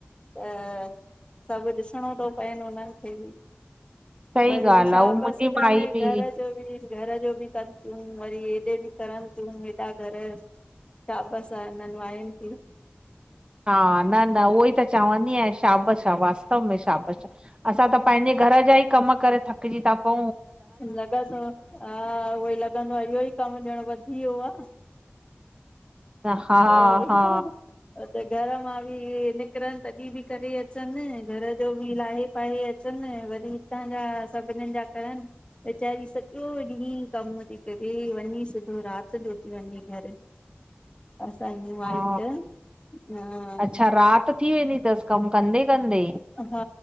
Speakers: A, on the left; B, on the right.
A: त सभु ॾिसणो थो पएनि उन्हनि खे बि।
B: सही
A: वरी
B: ॻाल्हि
A: बि शाबस
B: आहे उहा मुंहिंजी
A: बसि तन
B: माई
A: घर
B: बि
A: घर जो बि कनि थियूं, वरी हेॾे बि कनि तियूं हेॾा घर शाबस आ हिनन मायुन के
B: हा। न न, उहो ई त चवंदी आहेयां शाबश आ वास्तव में शाबश आ। असां त पंहिंजे घर जा ई कम करे थकिजी था पऊ
A: लॻंदो हा, उहो ई लॻंदो आहे इहो ई कम जण वधी वियो आ,
B: त हा
A: और
B: हा
A: त घर मां बि निकरनि तॾहिं बि करे अचनि, घर जो बि लाहे पाहे अ चन, वरी हितां जा सभिनी जा करनि वेचारी सॼो ॾींहुं कम थी करे, वञी सधो राति जो थी वञे घरु असांजी माइट
B: हा
A: त हा
B: अच्छा राति थी वेंदी अथसि कमु कंदे कंदे
A: हा